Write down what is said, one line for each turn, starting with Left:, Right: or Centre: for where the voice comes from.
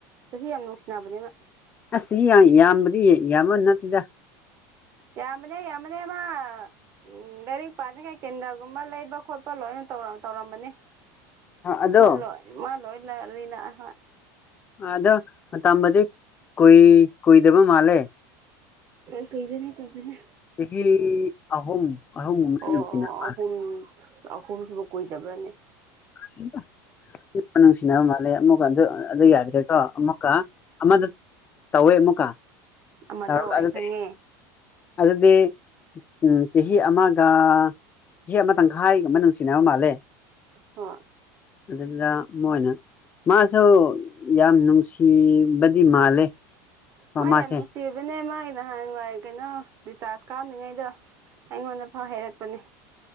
Right: ꯆꯍꯤ ꯌꯥꯝ ꯅꯨꯡꯁꯤꯅꯕꯅꯦꯕ꯫
Left: ꯑꯁ ꯆꯍꯤ ꯌꯥ ꯌꯥꯝꯕꯗꯤ ꯌꯥꯝꯕ ꯅꯠꯇꯦꯗ꯫
Right: ꯌꯥꯝꯕꯅꯦ ꯌꯥꯝꯕꯅꯦ ꯃꯥ꯫ ꯎꯝ ꯂꯥꯏꯔꯤꯛ ꯄꯥꯅꯤꯉꯥꯏ ꯀꯦꯟꯗꯜꯒꯨꯝꯕ ꯂꯩꯕ ꯈꯣꯠꯄ ꯂꯣꯏꯅ ꯇꯧꯔꯝ ꯇꯧꯔꯝꯃꯅꯤ꯫
Left: ꯑꯗꯣ
Right: ꯃꯥꯜꯂꯣ ꯃꯥꯜꯂꯣꯏ ꯂꯩꯔꯤꯅꯥ ꯍꯣꯏ ꯫
Left: ꯑꯥꯗ ꯃꯇꯝꯕꯗꯤ ꯀꯨꯏ ꯀꯨꯏꯗꯕ ꯃꯥꯜꯂꯦ꯫
Right: ꯀꯟ ꯀꯨꯏꯕꯅꯦ ꯀꯨꯏꯕꯅꯦ꯫
Left: ꯆꯍꯤ ꯑꯍꯨꯝ ꯑꯍꯨꯝꯒꯨꯃꯥꯏ
Right: ꯑꯣ
Left: ꯅꯨꯡꯁꯤꯅ ꯃꯥꯜꯂꯦ꯫
Right: ꯑꯍꯨꯝ ꯑꯍꯨꯝꯁꯤꯕꯨ ꯀꯨꯏꯗꯕ꯭ꯔꯅꯦ꯫
Left: <unintelligible> ꯅꯨꯡꯁꯤꯅꯕ ꯃꯥꯜꯂꯦ ꯑꯃꯨꯛꯀ ꯑꯗꯨ ꯑꯗꯨ ꯌꯥꯗ꯭ꯔꯦꯀꯣ ꯑꯃꯨꯛꯀ ꯑꯃꯗ꯫ ꯇꯧꯋꯦ ꯑꯃꯨꯛꯀ꯫
Right: ꯑꯃꯗꯣ
Left: ꯇꯧꯔꯒ
Right: ꯑꯩ
Left: ꯑꯗꯨꯗꯤ
Right: ꯈꯪꯉꯦ꯫
Left: ꯑꯗꯨꯗꯤ ꯎꯝ ꯆꯍꯤ ꯑꯃꯒ ꯆꯍꯤ ꯑꯃ ꯇꯪꯈꯥꯏꯒꯨꯝꯕ ꯅꯨꯡꯁꯤꯅꯕ ꯃꯥꯜꯂꯦ꯫
Right: ꯍꯣ
Left: ꯑꯗꯨꯗ ꯃꯣꯏꯅ꯫ ꯃꯥꯁꯨ ꯌꯥꯝ ꯅꯨꯡꯁꯤꯕꯗꯤ ꯃꯥꯜꯂꯦ꯫
Right: ꯃꯥ
Left: ꯃꯥꯁꯦ
Right: ꯌꯥꯝ ꯅꯨꯡꯁꯤꯕꯅꯦ ꯃꯥꯏ ꯅꯍꯥꯟꯋꯥ ꯀꯩꯅꯣ ꯔꯤꯆꯥꯔꯖ ꯀꯥꯞꯅꯉꯩꯗꯣ꯫ ꯑꯩꯉꯣꯟꯗ ꯐꯥꯎ ꯍꯩꯔꯛꯄꯅꯦ꯫